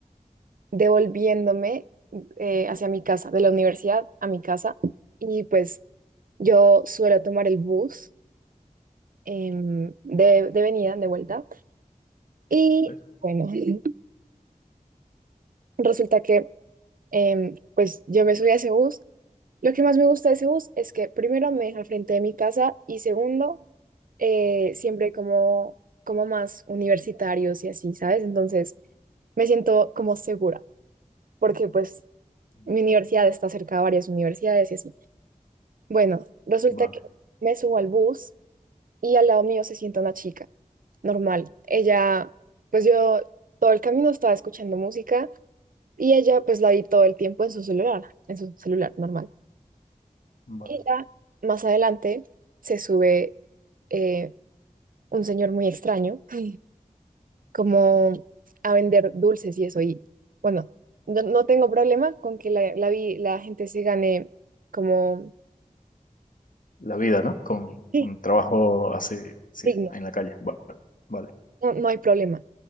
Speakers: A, on the right; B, on the left.
A: devolviéndome eh, hacia mi casa, de la universidad a mi casa, y pues yo suelo tomar el bus em, de, de venida, de vuelta, y
B: ¿Vale?
A: bueno, <laughs> resulta que em, pues yo me subí a ese bus. Lo que más me gusta de ese bus es que primero me deja al frente de mi casa y segundo, eh, siempre hay como, como más universitarios y así, ¿sabes? Entonces me siento como segura porque pues
B: Vale,
A: mi universidad está cerca de varias universidades y así. Bueno, resulta
B: vale,
A: que me subo al bus y al lado mío se sienta una chica, normal. Ella, pues yo todo el camino estaba escuchando música y ella pues la vi todo el tiempo en su celular, en su celular normal.
B: vale.
A: Y ya más adelante se sube eh, un señor muy extraño, Sí. como a vender dulces y eso. Y bueno, no, no tengo problema con que la, la, vi- la gente se gane como
B: La vida, ¿no? Con,
A: sí,
B: con trabajo así, sí,
A: digno.
B: en la calle. Vale, vale,
A: No, no hay problema.